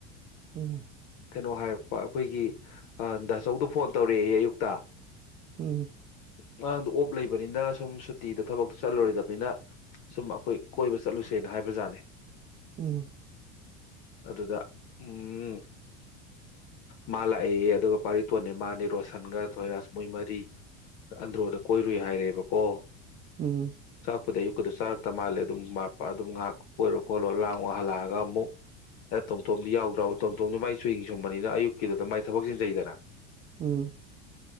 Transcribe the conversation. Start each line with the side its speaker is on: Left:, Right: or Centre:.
Right: ꯎꯝ
Left: ꯀꯩꯅꯣ ꯍꯥꯏꯔꯛꯄ ꯑꯩꯈꯣꯏꯒꯤ ꯗꯁ ꯆꯧꯗꯨ ꯐꯣꯟ ꯇꯧꯔꯛꯑꯦꯌꯦ ꯑꯌꯨꯛꯇ
Right: ꯎꯝ
Left: ꯉꯥꯔꯥꯡꯗꯣ ꯑꯣꯞ ꯂꯩꯕꯅꯤꯅ ꯁꯨꯝ ꯁꯨꯇꯤꯗ ꯊꯕꯛꯇꯣ ꯆꯠꯂꯨꯔꯣꯏꯗꯕꯅꯤꯅ ꯁꯨꯝ ꯑꯩꯈꯣꯏ ꯀꯣꯏꯕ ꯆꯠꯂꯨꯁꯦꯅ ꯍꯥꯏꯕꯖꯥꯠꯅꯤ
Right: ꯎꯝ
Left: ꯑꯗꯨꯗ ꯎꯝ ꯃꯥ ꯂꯥꯛꯑꯦꯌꯦ ꯑꯗꯨꯒ ꯄꯥꯔꯤꯇꯣꯟꯅꯦ ꯃꯥꯅꯦ ꯔꯣꯁꯟꯒ ꯊꯣꯏꯔꯥꯁ ꯃꯣꯏ ꯃꯔꯤ ꯑꯟꯗ꯭ꯔꯣꯗ ꯀꯣꯏꯔꯨꯏ ꯍꯥꯏꯔꯦꯕꯀꯣ
Right: ꯎꯝ
Left: ꯄꯨꯗꯤ ꯑꯌꯨꯛꯀꯗ ꯆꯥꯔꯛꯇ ꯃꯥꯜꯂꯦ ꯑꯗꯨꯝ ꯑꯗꯨꯝ ꯉꯥꯏꯍꯥꯛ ꯀꯣꯏꯔꯣ ꯈꯣꯠꯂꯣ ꯂꯥꯡꯉꯣ ꯍꯜꯂꯛꯑꯒ ꯑꯃꯨꯛ ꯍꯩꯅ ꯇꯣꯝꯇꯣꯝꯗꯤ ꯌꯥꯎꯗ꯭ꯔꯣꯕꯨ ꯇꯣꯝꯇꯣꯝꯗꯤ ꯃꯥꯏꯁꯨ ꯆꯨꯍꯤꯡ ꯁꯨꯝꯕꯅꯤꯅ ꯑꯌꯨꯛꯀꯤꯗꯨꯗ ꯃꯥꯏ ꯊꯕꯛ ꯆꯤꯟꯖꯩꯗꯅ
Right: ꯎꯝ